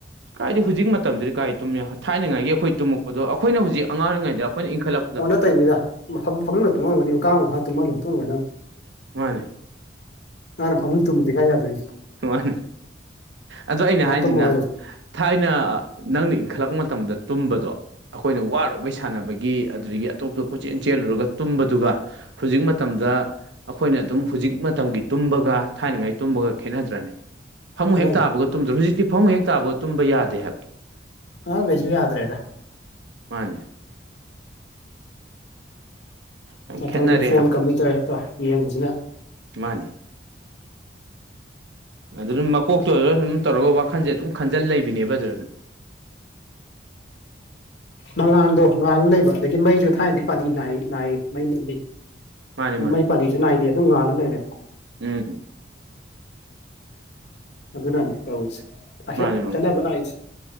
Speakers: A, on the right (about 80°); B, on the left (about 70°).
A: ꯀꯥꯏꯗꯤ ꯍꯧꯖꯤꯛ ꯃꯇꯝꯗꯨꯗꯤ ꯀꯥꯏ ꯇꯨꯝꯃꯦ ꯊꯥꯏꯅꯉꯥꯏꯒꯤ ꯑꯩꯈꯣꯏ ꯇꯨꯝꯃꯛꯄꯗꯣ ꯑꯩꯈꯣꯏꯅ ꯍꯧꯖꯤꯛ ꯑꯉꯥꯡꯔꯤꯩꯗ ꯑꯩꯈꯣꯏꯅ ꯏꯟꯈꯠꯂꯛꯄꯗ
B: ꯇꯅꯤꯗ ꯃꯐꯝ ꯐꯃꯨꯡꯗ ꯇꯨꯝꯉꯝꯒꯅꯤ ꯀꯥꯡ ꯃꯈꯥ ꯇꯨꯝꯍꯜꯂ ꯇꯣꯡꯉꯒꯅꯤ ꯅꯪ
A: ꯃꯥꯅꯦ
B: ꯑꯅꯦ ꯐꯪ ꯇꯨꯃꯗꯤ ꯀꯥꯏ ꯌꯥꯗ ꯑꯣꯏꯅꯤ
A: ꯃꯥꯅꯤ ꯑꯗ ꯑꯩꯅ ꯍꯥꯏꯁꯤꯅ
B: ꯇꯨꯝꯃꯣ ꯍꯥꯏꯌꯣ
A: ꯊꯥꯏꯅ ꯅꯪꯅ ꯏꯟꯈꯠꯂꯛ ꯃꯇꯝꯗ ꯇꯨꯝꯕꯗꯣ ꯑꯩꯈꯣꯏꯅ ꯋꯥꯔꯨꯕꯩ ꯁꯥꯟꯅꯕꯒꯤ ꯑꯗꯨꯗꯒꯤ ꯑꯇꯣꯞꯄ ꯀꯣꯆꯦꯟ ꯆꯦꯜꯂꯨꯔꯒ ꯇꯨꯝꯕꯗꯨꯒ ꯍꯧꯖꯤꯛ ꯃꯇꯝꯗ ꯑꯩꯈꯣꯏꯅ ꯑꯗꯨꯝ ꯍꯧꯖꯤꯛ ꯃꯇꯝꯒꯤ ꯇꯨꯝꯕꯒ ꯊꯥꯏꯅꯉꯥꯏ ꯇꯨꯝꯕꯒ ꯈꯦꯠꯅꯗ꯭ꯔꯅꯤ ꯐꯃꯨꯡ
B: ꯈꯦꯠꯅꯩ
A: ꯍꯦꯛ ꯇꯥꯕꯒ ꯇꯨꯝꯗ꯭ꯔ ꯍꯧꯖꯤꯛꯇꯤ ꯐꯃꯨꯡ ꯍꯦꯛ ꯇꯥꯕꯒ ꯇꯨꯝꯕ ꯌꯥꯗꯦ ꯍꯥꯏꯕ
B: ꯑ ꯦꯖꯕꯤ ꯌꯥ꯭ꯔꯦ ꯍꯥꯏꯗ
A: ꯃꯥꯅꯦ ꯌꯥꯝ
B: ꯃꯇꯝꯒꯤ
A: ꯈꯦꯠꯅꯔꯦ
B: ꯐꯣꯟ
A: ꯍꯥꯏꯕ
B: ꯀꯝꯄ꯭ꯌꯨꯇꯔꯗꯣ ꯌꯦꯡꯕꯁꯤꯅ
A: ꯃꯥꯅꯦ ꯑꯗꯨ ꯑꯗꯨꯝ ꯃꯀꯣꯛꯇꯣ ꯑꯗꯨ ꯑꯗꯨꯝ ꯇꯧꯔꯒ ꯋꯥꯈꯟꯁꯦ ꯑꯗꯨꯝ ꯈꯟꯖꯜ ꯂꯩꯕꯅꯦꯕ ꯑꯗꯨ
B: ꯃꯉꯥꯟꯗꯣ ꯉꯥꯜ ꯂꯩꯕ ꯑꯗꯒꯤ ꯃꯩꯁꯨ ꯊꯥꯏꯅꯗꯤ ꯄꯥꯜꯂꯤ ꯅꯥꯏ ꯅꯥꯏꯌꯦ ꯃꯩ ꯃꯜꯂꯤ
A: ꯃꯥꯅꯦ ꯃꯥꯅꯦ
B: ꯃꯩ ꯄꯥꯂꯤꯁꯨ ꯅꯥꯏꯗꯦ ꯑꯗꯨꯝ ꯉꯅꯥꯅ ꯂꯩꯔꯦ
A: ꯎꯝ
B: ꯑꯗꯨꯅꯅꯤ ꯇꯧꯔꯤꯁꯦ
A: ꯃꯥꯅꯦ ꯃꯥꯅꯦ
B: ꯈꯦꯠꯅꯕ ꯂꯥꯛꯏꯁꯦ